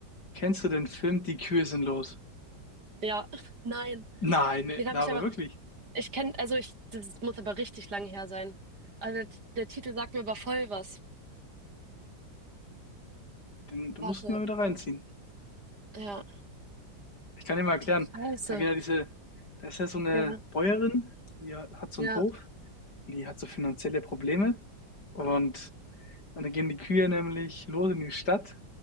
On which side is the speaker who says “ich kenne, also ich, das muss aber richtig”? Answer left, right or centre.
Right